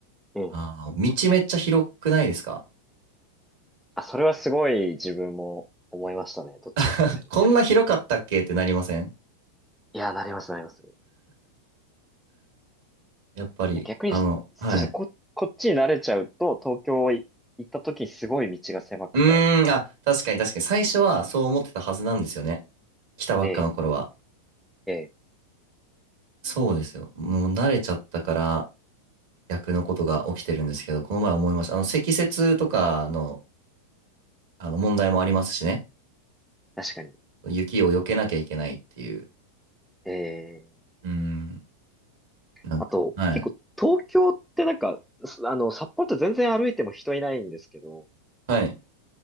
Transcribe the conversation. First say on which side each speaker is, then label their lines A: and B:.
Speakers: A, in the centre; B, on the right (about 50°).
A: うん。
B: あの、道めっちゃ広くないですか
A: あ、それはすごい自分も思いましたね。どっちも住んでみて。
B: <laughs> こんな広かったっけってなりません
A: いや、なります、なります。い
B: やっぱり、
A: や、逆に、
B: あの、
A: そうですね、
B: はい。
A: こ、こっちに慣れちゃうと、東京い行った時にすごい道が狭くて。
B: うーん、あ、確かに確かに。最初はそう思ってたはずなんですよね。来たばっかの頃は。
A: ええ、ええ、
B: そうですよ。もう慣れちゃったから逆のことが起きてるんですけど、この前思いました。あの、積雪とかの、あの問題もありますしね。
A: 確かに。
B: 雪を避けなきゃいけないっていう。
A: ええ、
B: うーん、なんか、
A: あと、
B: はい。
A: 結構、東京ってなんか、すあの、札幌って全然歩いても人いないんですけど、
B: はい。